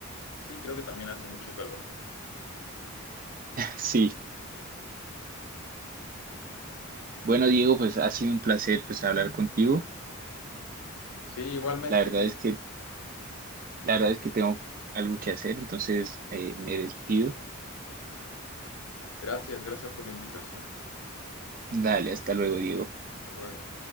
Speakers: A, on the left; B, on the right.
A: Sí, creo que también hace mucho calor.
B: Sí, bueno Diego, pues ha sido un placer pues hablar contigo.
A: Sí, igualmente.
B: La verdad es que la verdad es que tengo algo que hacer, entonces eh, me despido.
A: Gracias, gracias por la invitación.
B: Dale, hasta luego Diego.
A: Hasta luego.